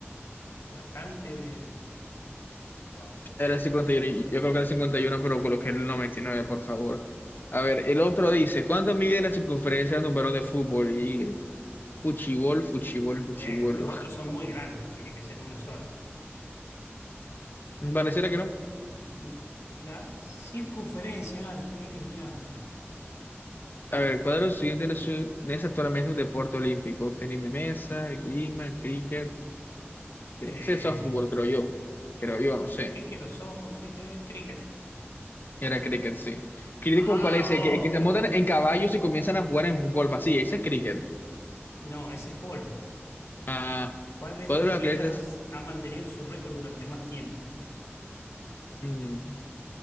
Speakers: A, on the left; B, on the left.
A: Bastante. eh, no, pucha.
B: era el 51, y- uno, y- yo creo que era el 51, pero coloqué el 99, por favor. A ver, el otro dice, ¿cuánto mide la circunferencia de un balón de fútbol? Fuchibol, fuchibol, fuchibol.
A: Eh, los otros son muy grandes, tiene que ser uno solo.
B: <laughs> Pareciera que no.
A: No, La circunferencia, ah, yo creí que el diámetro. Claro.
B: A ver, ¿cuál de los siguientes no es, no es actualmente un deporte olímpico? Tenis de mesa, esgrima, cricket. Tiene
A: Eh,
B: que ser softball, creo yo. Creo yo, no sé.
A: cricket o softball, cricket, cricket.
B: Era cricket, sí. ¿Cricket
A: ¡Vamos!
B: como cuál es? El Que, el que se montan en caballos y comienzan a jugar en golf. Así, ese es cricket.
A: No, ese es polo.
B: Ah,
A: ¿Cuál de estos
B: ¿cuál de
A: atletas
B: los atletas?
A: ha mantenido su récord durante más tiempo?
B: Mm,